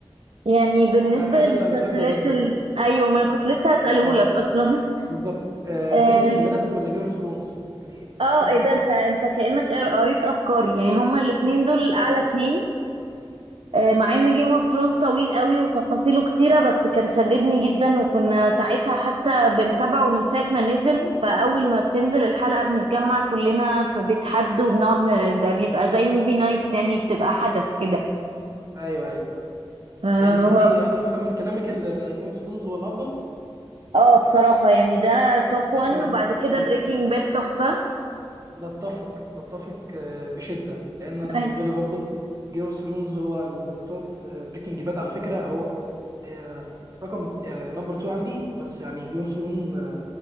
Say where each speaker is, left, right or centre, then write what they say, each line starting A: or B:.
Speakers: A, on the right; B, on the right.
A: يعني بالنسبة
B: انا بحب
A: للمسلسلات
B: اسال السؤال ده جدا
A: ال... ايوه
B: يعني
A: ما أنا كنت لسه هسألهولك
B: اه
A: اصلا
B: بالظبط آه
A: <laughs>
B: بريكنج باد ولا جيم اوف ثرونز يعني بحسهم
A: اه ايه
B: كده
A: ده انت انت كأنك قر- قريت افكاري يعني هما الاتنين دول اعلى
B: بالظبط
A: اتنين آه، مع ان جيم اوف ثرونز طويل قوي وتفاصيله كتيرة بس كان شددني جدا وكنا ساعتها حتى بنتابعه من ساعة ما نزل فاول ما بتنزل الحلقة بنتجمع كلنا في بيت حد وبنقعد ن- ده بيبقى زي موفي نايت يعني بتبقى حدث كده
B: ايوه ايوه
A: فهو
B: يعني انت افهم من كلامك جيم اوف ثرونز هو الافضل
A: اه بصراحة يعني ده توب وان
B: اكيد
A: وبعد كده
B: اكيد
A: بريكنج باد تحفة
B: نتفق نتفق آه، بشده لان انا بالنسبه
A: أي-
B: لي برضك جيم اوف ثرونز هو التوب بريكنج باد على فكره هو آه، رقم نمبر 2 عندي بس يعني جيم اوف ثرونز